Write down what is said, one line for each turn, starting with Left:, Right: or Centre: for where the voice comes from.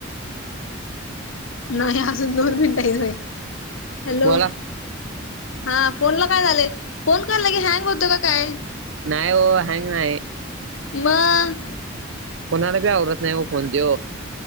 Left: नाही अजून दोन मिनट हाय व्हय, हॅलो.
Right: बोला
Left: हा फोन ला काय झालंय, फोन काय लगेच हँग होत का काय?
Right: नाय ओ हँग नाही.
Left: म,
Right: कोनाला बी आवरत नाही ओ फोन त्यो.